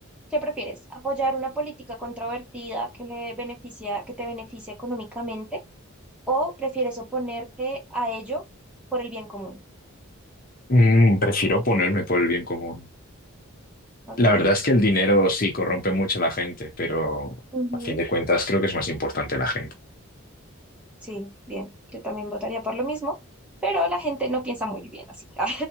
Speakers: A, in the centre; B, on the left.
A: ¿qué prefieres? ¿Apoyar una política controvertida que le beneficia, que te beneficia económicamente o prefieres oponerte a ello por el bien común?
B: Mm, prefiero ponerme por el bien común.
A: Ok.
B: La verdad es que el dinero sí corrompe mucho a la gente, pero
A: Ujú.
B: a fin de cuentas creo que es más importante la gente.
A: Sí, bien, yo también votaría por lo mismo, pero la gente no piensa muy bien así. <laughs> Ah,